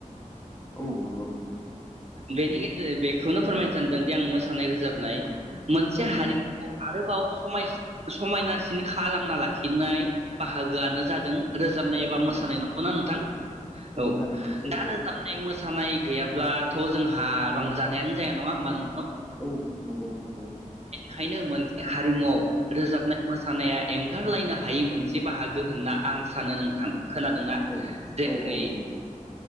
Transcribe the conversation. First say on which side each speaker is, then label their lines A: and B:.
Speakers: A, on the left (about 20°); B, on the right (about 50°).
A: औ नंगौ
B: बेनि गेजेर बेखौनो फोरमायनो सानदोंदि आं मोसानाय रोजाबनाय मोनसे
A: औ
B: हारिमु आरोबाव समाय समायनासिन खालामना लाखिनाय बाहागोआनो जादों रोजाबनाय एबा मोसानाय
A: औ
B: नंगौना नोंथां? औ।
A: थारैनो सैथो
B: दा रोजाबनाय मोसानाय गैयाब्लाथ' जोंहा रंजानायानो जाया नङा होमबा नों
A: औ नंगौ नंगौ। नंगौ
B: खायनो मोनसे हारिमुआव रोजाबनाय मोसानाया एंगारलायनो हायै मोनसे बाहागो होनना आं सानो नोंथां। खोनादोंना?
A: औ
B: जेरै-
A: औ औ नंगौ